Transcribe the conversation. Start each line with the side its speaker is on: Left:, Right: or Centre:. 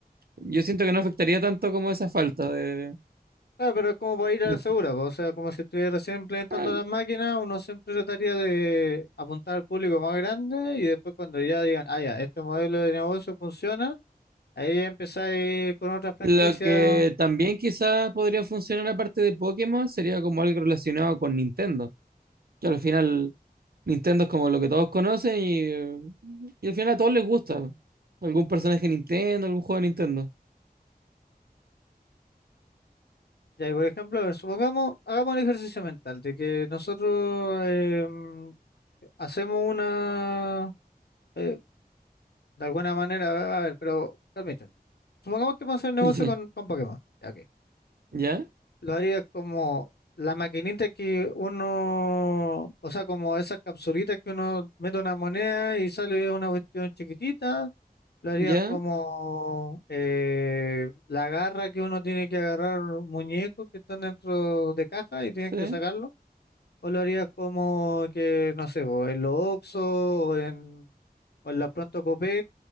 Right: Yo siento que no afectaría tanto como esa falta de.
Left: Claro, pero es como para ir a
Right: de-
Left: la segura, po, O sea, como si estuviera recién implementando
Right: ah,
Left: las máquinas, uno siempre trataría de apuntar al público más grande y después cuando ya digan, ah, ya, este modelo de negocio funciona, ahí ya empezáis con otras franquicias.
Right: Lo que también quizás podría funcionar aparte de Pokémon sería como algo relacionado con Nintendo. que al final Nintendo es como lo que todos conocen y, eh, y al final a todos les gusta. Algún personaje de Nintendo, algún juego de Nintendo.
Left: Ya, y por ejemplo, a ver, supongamos, hagamos el ejercicio mental de que nosotros eh, mm, hacemos una, eh, de alguna manera, a ver, pero permítanme, supongamos que vamos a hacer un negocio
Right: <laughs> Dice,
Left: con, con Pokémon. Ya, ok.
Right: ¿Ya?
Left: Lo haría como la maquinita que uno, o sea, como esas capsulitas que uno mete una moneda y sale una cuestión chiquitita. Lo haría
Right: ¿Ya?
Left: como eh, la garra que uno tiene que agarrar muñecos que están dentro de caja y tienen
Right: Sí.
Left: que sacarlo. O lo haría como que, no sé, vos, en los Oxxo o en, o en la Pronto Copec,